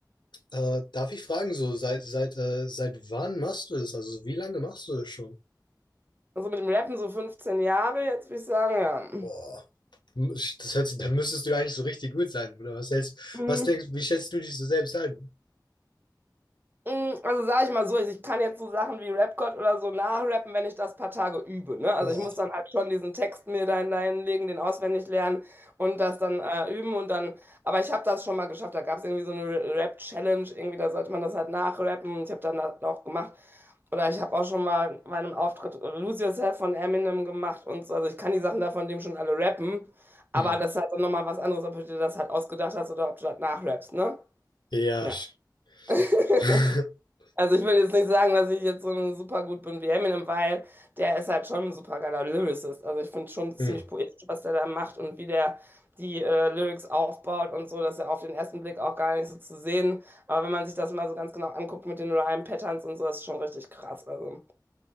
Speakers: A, on the left; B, on the right.
A: äh, darf ich fragen, so seit seit äh, seit wann machst du das? Also wie lange machst du das schon?
B: Also mit dem Rappen so 15 Jahre, jetzt würde ich sagen, ja.
A: Boah, das hört sich, da müsstest du eigentlich so richtig gut sein, oder was hältst,
B: Mhm.
A: was denkst, wie schätzt du dich so selbst ein?
B: Mm, Also sage ich mal so, ich kann jetzt so Sachen wie Rap-God oder so nachrappen, wenn ich das paar Tage übe. Ne? Also
A: Boah.
B: ich muss dann halt schon diesen Text mir da hineinlegen, den auswendig lernen und das dann äh, üben und dann, aber ich habe das schon mal geschafft. Da gab es irgendwie so eine Ra- Rap-Challenge, irgendwie, da sollte man das halt nachrappen. Ich habe dann das auch gemacht. Oder ich habe auch schon mal bei einem Auftritt Lose Yourself von Eminem gemacht und so. Also ich kann die Sachen da von dem schon alle rappen, aber
A: Mhm.
B: das ist halt dann nochmal was anderes, ob du dir das halt ausgedacht hast oder ob du das nachrappst, ne?
A: Ja.
B: Ja.
A: sch-
B: <laughs>
A: <laughs>
B: Also ich will jetzt nicht sagen, dass ich jetzt so super gut bin wie Eminem, weil der ist halt schon ein super geiler Lyricist. Also ich finde schon ziemlich
A: Hm.
B: poetisch, was der da macht und wie der die äh, Lyrics aufbaut und so, dass er auf den ersten Blick auch gar nicht so zu sehen. Aber wenn man sich das mal so ganz genau anguckt mit den Rhyme-Patterns und so, das ist schon richtig krass. Also